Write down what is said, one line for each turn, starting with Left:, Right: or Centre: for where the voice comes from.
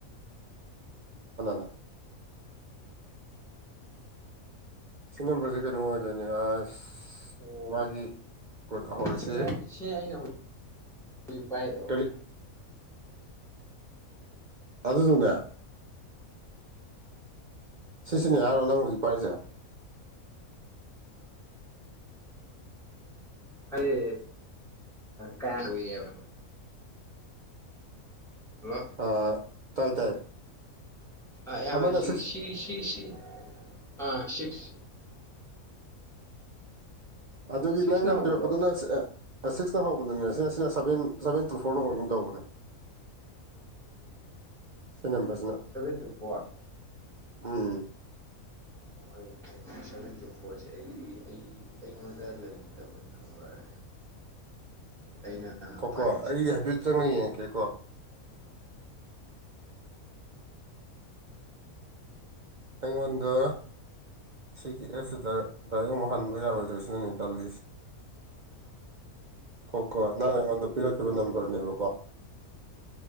Right: <unintelligible> ꯁꯤ ꯅꯝꯕꯔꯁꯦ ꯀꯩꯅꯣ ꯑꯣꯏꯗꯣꯏꯅꯦ ꯑꯁ
Centre: ꯑꯣ
Right: ꯃꯥꯒꯤ ꯀꯣꯠ ꯍꯧꯔꯁꯤ
Centre: ꯁꯤꯅꯦ ꯑꯩ ꯁꯤꯅꯦ ꯑꯩꯅꯖꯤꯛ ꯍꯧꯖꯤꯛ ꯄꯥꯏꯗꯣ
Right: ꯀꯔꯤ ꯑꯗꯨꯗꯨꯅ ꯁꯤꯁꯤꯅꯦ ꯍꯥꯏꯔꯣ ꯅꯪ ꯍꯧꯖꯤꯛ ꯄꯥꯏꯔꯤꯁꯦ
Centre: ꯍꯌꯦ ꯀꯔꯤ <unintelligible> ꯍꯜꯂꯣ
Right: ꯑꯥ ꯇꯥꯏ ꯇꯥꯏ
Centre: ꯑꯦꯝ
Right: ꯑꯃꯅ
Centre: ꯑꯥꯏ ꯁꯤꯒꯤ
Right: ꯁꯤꯛꯁ
Centre: ꯁꯤ ꯁꯤ ꯁꯤ ꯑꯥ ꯁꯤꯛꯁ
Right: ꯑꯗꯨꯗꯤ
Centre: ꯁꯤꯛꯁꯅ
Right: ꯅꯪꯅ
Centre: ꯍꯧꯕꯗꯣ
Right: ꯄꯤꯔꯛꯄꯗꯨꯅ ꯁꯦꯑ__ ꯑ ꯁꯤꯛꯁꯅ ꯍꯧꯕꯗꯨꯅꯦ ꯁꯤꯅ ꯁꯤꯅ ꯁꯕꯦꯟ ꯁꯕꯦꯟ ꯇꯨ ꯐꯣꯔꯅ ꯍꯧꯒꯝ ꯇꯧꯕꯅꯦ ꯁꯤ ꯅꯝꯕꯔꯁꯤꯅ
Centre: ꯁꯕꯦꯟ ꯇꯨ ꯐꯣꯔ
Right: ꯑꯥ
Centre: <unintelligible> ꯐꯣꯟꯁꯦ ꯑꯩ ꯑꯩ ꯑꯩꯉꯣꯟꯗ ꯂꯩꯇꯕ ꯅꯝꯕꯔ
Right: <inaudible>
Centre: ꯑꯩꯅ
Right: ꯉꯥꯏꯈꯣꯀꯣ
Centre: ꯄꯥꯏꯔꯤꯁꯦ
Right: ꯑꯩ ꯍꯥꯏꯐꯦꯠ ꯆꯪꯉ ꯌꯦꯡꯉꯀꯦꯀꯣ ꯑꯩꯉꯣꯟꯗ ꯁꯤꯒꯤ ꯑꯦꯞꯁꯤꯗ ꯗꯥꯏꯔꯦꯛ ꯑꯃꯨꯛ ꯍꯟꯕ ꯌꯥꯔꯣꯏꯗ꯭ꯔꯥ ꯁꯤꯅꯦ ꯑꯩꯅ ꯈꯜꯂꯤꯁꯦ ꯀꯣ ꯀꯣ ꯅꯍꯪꯅ ꯑꯩꯉꯣꯟꯗ ꯄꯤꯔꯛꯈꯤꯕ ꯅꯝꯕꯔꯅꯦꯕꯀꯣ